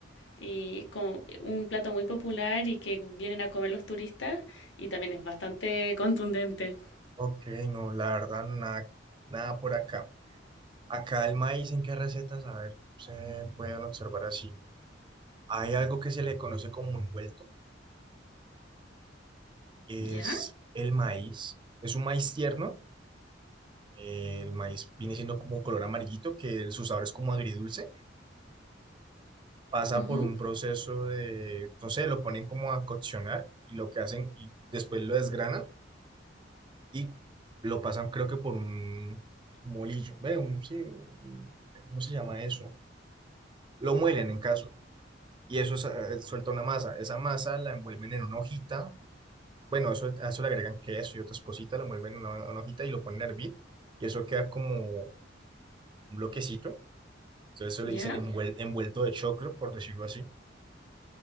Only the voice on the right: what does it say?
Ok, no, la verdad, nada, nada por acá. Acá el maíz, ¿en qué recetas? A ver, se pueden observar así. Hay algo que se le conoce como envuelto. es
el maíz. Es un maíz tierno. eh, El maíz viene siendo como un color amarillito, que su sabor es como agridulce. Pasa
por un proceso de, no sé, lo ponen como a coccionar y lo que hacen y después lo desgranan y lo pasan creo que por un molillo. Ve, un- sí, un- ¿cómo se llama eso? Lo muelen en caso. Y eso sa- suelta una masa. Esa masa la envuelven en una hojita Bueno, eso, a eso le agregan queso y otras cositas, lo mueven en una, una hojita y lo ponen a hervir. Y eso queda como un bloquecito. Entonces eso
le dicen envuel- envuelto de choclo, por decirlo así.